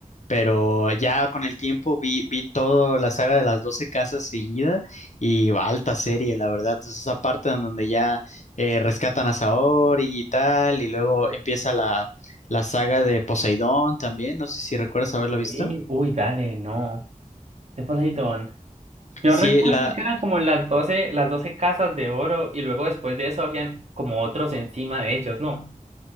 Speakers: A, on the left (about 55°); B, on the right (about 50°).
A: pero ya con el tiempo vi, vi toda la saga de las 12 casas seguida y va, alta serie, la verdad. Entonces esa parte en donde ya eh, rescatan a Saori y tal, y luego empieza la, la saga de Poseidón también, no sé si recuerdas haberla visto.
B: sí, Uy, dale, no. De Poseidón. Yo
A: Sí,
B: recuerdo
A: la,
B: que eran como las doce las doce casas de oro y luego después de eso habían como otros encima de ellos, ¿no?